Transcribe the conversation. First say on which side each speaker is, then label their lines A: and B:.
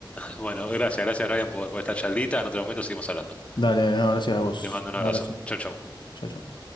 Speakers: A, on the left; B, on the left.
A: Bueno, gracias, gracias Ryan por, por esta charlita. En otro momento seguimos hablando.
B: Dale, dale, no, gracias a vos.
A: Te mando un
B: Un
A: abrazo.
B: abrazo.
A: Chau, chau.
B: Chau, chau.